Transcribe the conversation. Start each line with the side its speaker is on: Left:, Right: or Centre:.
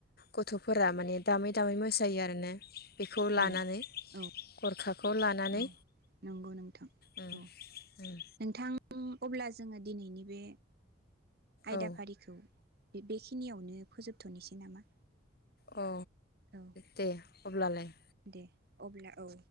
Left: गथ'फोरा माने दामै दामै मोसायो आरोना बेखौ लानानै
Right: औ औ
Left: गरखाखौ लानानै
Right: औ नंगौ नोंथां
Left: उम
Right: औ
Left: उम
Right: नोंथां ङ अब्ला जोङो दिनैनि बे आयदाफारिखौ
Left: औ
Right: बे-बेखिनियावनो फोजोबथ'नोसै नामा
Left: अ
Right: औ
Left: दे अब्लालाय
Right: दे अब्ला औ।